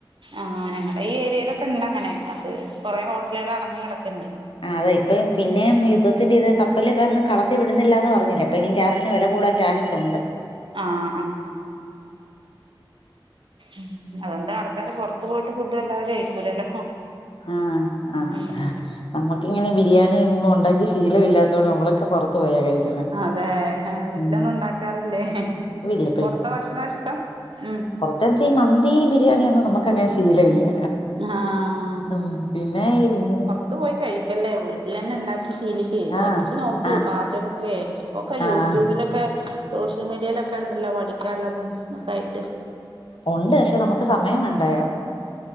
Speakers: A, on the right; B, on the left.
A: ആഹ് ഞങ്ങടെ ഈ ഏരിയയിലൊക്കെ ഇണ്ടങ്ങനെ അത് കൊറെ ഹോട്ടലുകൾ അടഞ്ഞ് കെടക്ക്‌ണ്ട്
B: ആ അതാ ഇപ്പം പിന്നെയും യുദ്ധത്തിന്റെത് കപ്പല് ഒന്നും കടത്തി വിടുന്നില്ല എന്ന് പറഞ്ഞില്ലെ അപ്പനിം ഗ്യാസ് ന് വെല കൂടാൻ ചാൻസുണ്ട്
A: ആഹ് ആഹ് ഉം അതുകൊണ്ട് ആൾക്കാര് പൊറത്ത് പോയിട്ട് ഫുഡ് വല്ലാതെ കഴിക്കൂലല്ലോ
B: ആഹ് ആഹ്
A: ഉം
B: നമ്മക്ക് ഇങ്ങനെ ബിരിയാണി ഒന്നും ഉണ്ടാക്കി ശീലമില്ലാത്തോണ്ട് നമ്മളൊക്കെ പൊറത്ത് പോയാ കഴിക്കുന്നെ
A: അതെയ് വീട്ടിലൊന്നും
B: ഉം
A: ഉണ്ടാക്കാറില്ലേ
B: ഇല്ല
A: പൊറത്തെ ഭക്ഷണാ ഇഷ്ടം ഉം
B: എന്ത്‌ വച്ചാ ഈ മന്തി ബിരിയാണിയൊന്നും നമുക്ക് അങ്ങനെ ശീലമില്ല
A: ഹാഹ്
B: ഉം പിന്നേ <unintelligible>
A: ത്ത് പോയി കഴിക്കല്ലേ വീട്ടിലെന്നെ ഉണ്ടാക്കി ശീലിക്ക് പഠിച്ചു
B: ആഹ്
A: നോക്ക്
B: ആഹ്
A: പാചകൊക്കെ ഇപ്പൊക്കെ യൂട്യൂബിലൊക്കെ
B: ആഹ്
A: സോഷ്യൽ മീഡിയലൊക്കെ ഉണ്ടല്ലോ പഠിക്കാനുള്ളതും ഒക്കെ ആയിട്ട്
B: ഒണ്ട് പക്ഷെ നമുക്ക് സമയം വേണ്ടായോ